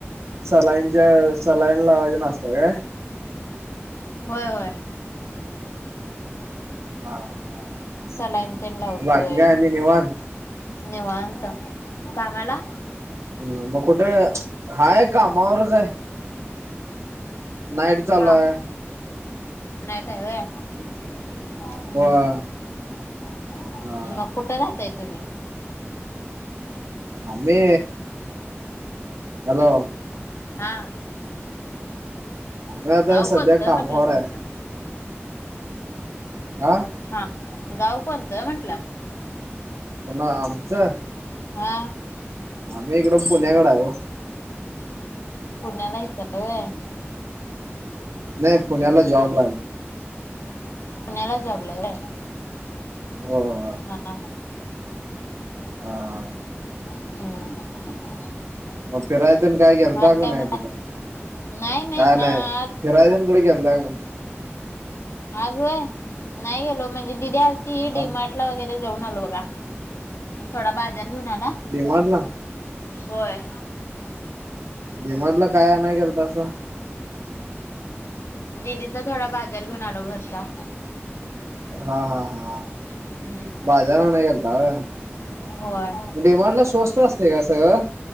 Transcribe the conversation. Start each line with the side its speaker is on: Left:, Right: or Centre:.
Right: सलाईन ज्या सलाईन लावायला अस सगळ
Left: होय होय
Right: हा हा
Left: सलाईन तेन लावतोय
Right: बाकी काय आणि निवांत.
Left: निवांत कामाला
Right: ह मग कुठे, हाय कामावरच आहे. नाईट चालू
Left: हा.
Right: हाय.
Left: नाईट हाय व्हय. हम्म
Right: होय
Left: हम्म हम्म
Right: हा
Left: मग कुठ राहताय तुम्ही?
Right: आम्ही हॅलो
Left: हा
Right: आम्ही आता
Left: गाव
Right: सध्या
Left: कोणतय
Right: कामावर
Left: म्हटल
Right: आहे
Left: तुमच.
Right: अ
Left: हा, गाव कोणत आहे म्हटल?
Right: कुणा आमच?
Left: हा
Right: आम्ही इकड पुण्याकड आहे हो.
Left: पुण्याला हायसा होय.
Right: नाही पुण्याला
Left: हम्म
Right: जॉबला हाय.
Left: पुण्याला जॉबला हाय होय.
Right: हो.
Left: हा हा.
Right: हा
Left: हम्म
Right: मग फिराय तेन काय गेलता
Left: आणि
Right: कि
Left: काय
Right: नाय
Left: म्हणता
Right: कुठं.
Left: नाही नाही
Right: काय
Left: अ
Right: नाय,
Left: आज
Right: फिरायला तेन कुठं गेलंता का नाय.
Left: आज होय नाही गेलो, म्हणजे दीदी आलती
Right: हा
Left: डीमार्ट ला डी मार्ट ला वगैरे जाऊन आलो बघा. थोडा बाजार घेऊन आला.
Right: डी मार्ट ला.
Left: होय.
Right: डी मार्ट ला काय आणायला गेलतासा.
Left: दिदीचा थोडा बाजार घेऊन आलो घरचा.
Right: हा हा हा
Left: हम्म
Right: बाजार आणायला गेलता होय.
Left: होय
Right: डिमार्ट ला स्वस्त असतय का सगळं.